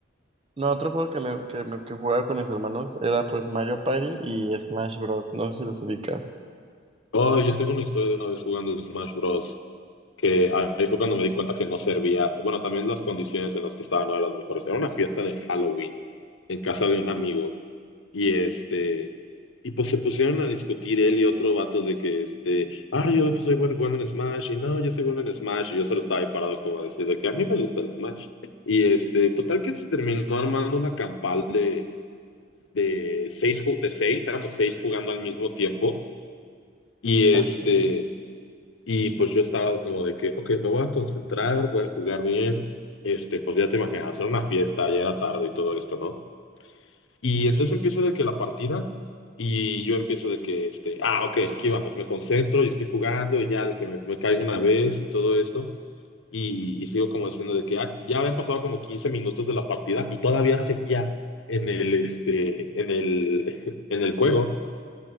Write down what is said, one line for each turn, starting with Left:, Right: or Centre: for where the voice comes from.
Right: No, otro juego que, me, que, me- que jugaba con mis hermanos era pues Mario Party y Smash Bros. No sé si los ubicas.
Left: Oh, yo tengo una historia de una vez jugando Smash Bros. que ahí fue cuando me di cuenta que no servía. Bueno, también las condiciones en las que estaban no eran las mejores. Era una fiesta de Halloween en casa de un amigo y este y pues se pusieron a discutir él y otro vato de que este, ah, yo soy bueno, bueno en Smash y no, yo soy bueno en Smash y yo solo estaba ahí parado como a decir de que a mí me gusta el Smash. Y este, total que se terminó armando una campal de de seis ju- de seis, éramos seis jugando al mismo tiempo y este
Right: Ajá,
Left: y pues yo estaba como de que, ok, me voy a concentrar, voy a jugar bien. Este, pues ya te imaginas, hacer una fiesta, ya era tarde y todo esto, ¿no? Y entonces empiezo de que la partida, y yo empiezo de que, este, ah, ok, aquí vamos, me concentro y estoy jugando, y ya de que me, me caigo una vez y todo esto. Y, y sigo como diciendo de que ah, ya habían pasado como 15 minutos de la partida y todavía seguía en el, este, en el, <laughs> en el juego